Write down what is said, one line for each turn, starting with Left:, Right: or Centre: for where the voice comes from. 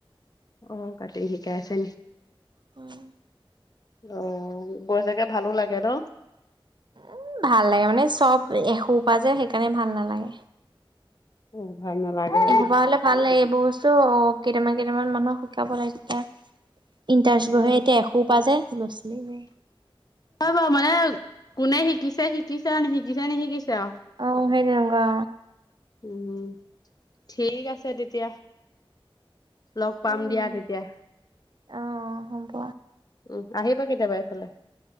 Left: অঁ কাটিং শিকাই ছে
Right: উম
Left: অ বৈ চাগে ভালো লাগে ন
Right: উম ভাল লাগে মানে চব এসোপা যে সেইকাৰণে ভাল নালাগে
Left: উম ভাল নালাগে
Right: এসোপা হলে ভাল লাগে এইবোৰ বস্তু কেইটামান কেইটামান মানুহক শিকা পলাই থে ইণ্টাৰচ বহে
Left: অ
Right: এতিয়া এসোপা যে নচলেই বা
Left: হয় বাৰু মানে কোনে শিকিছে শিকিছে নি শিকিছে নিশিকিছে চে আৰু
Right: অ সেই তেনেকুৱা
Left: উম ঠিক আছে তেতিয়া লগ
Right: উম,
Left: পাম দিয়া তেতিয়া
Right: অ', হ'ব
Left: উম আহিবা কেতিয়াবা এইফালে